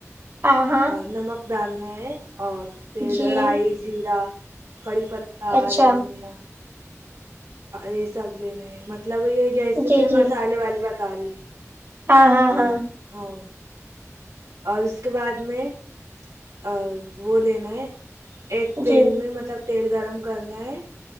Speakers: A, on the right; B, on the right.
A: ہاں ہاں
B: ا نمک ڈالنا ہے اور تیل
A: جی
B: رائی زیرا کڑی پ تا
A: اچھا
B: ہرے دھنیا یہ سب لیینا ہے مطلب یہ جیسے
A: جی
B: میں
A: جی
B: مسالے والی بتا رہی ہ
A: ہاں ہاں
B: آ
A: ہاں
B: ہاں اور اس کے بعد میں ا وہ لینا ہے ایک تیل
A: جی
B: میں مطلب تیل گرم کرنا ہے